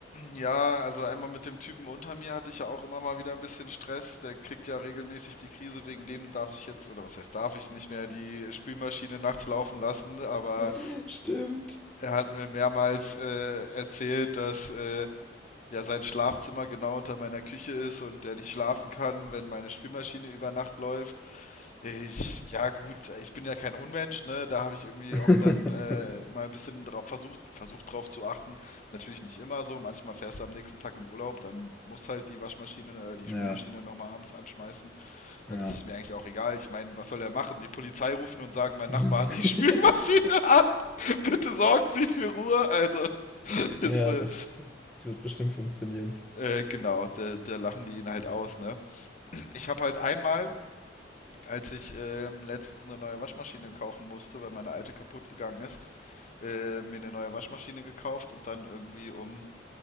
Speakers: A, on the left; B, in the centre.
A: Ja, also einmal mit dem Typen unter mir hatte ich ja auch immer mal wieder ein bisschen Stress. Der kriegt ja regelmäßig die Krise, wegen dem darf ich jetzt, oder was heißt, darf ich nicht mehr die Spülmaschine nachts laufen lassen, aber
B: <laughs> Stimmt.
A: er hat mir mehrmals äh, erzählt, dass äh, ja sein Schlafzimmer genau unter meiner Küche ist und der nicht schlafen kann, wenn meine Spülmaschine über Nacht läuft. Ich, ja gut, ich bin ja kein Unmensch, ne? Da habe ich irgendwie
B: <laughs>
A: auch dann äh, mal ein bisschen drauf versucht, versucht drauf zu achten. Natürlich nicht immer so. Manchmal fährst du am nächsten Tag im Urlaub, dann muss halt die Waschmaschine, äh, die
B: Ja,
A: Spülmaschine nochmal abends anschmeißen. Dann
B: ja.
A: ist es mir eigentlich auch egal. Ich meine, was soll er machen? Die Polizei rufen und sagen, mein
B: <laughs>
A: Nachbar hat die <laughs> Spülmaschine an. <laughs> Bitte sorgen Sie für Ruhe. Also, <laughs> das,
B: Ja,
A: äh,
B: das, das wird bestimmt funktionieren.
A: äh, genau, da, da lachen die ihn halt aus, ne? Ich habe halt einmal als ich ähm, letztens eine neue Waschmaschine kaufen musste, weil meine alte kaputt gegangen ist, äh, mir eine neue Waschmaschine gekauft und dann irgendwie um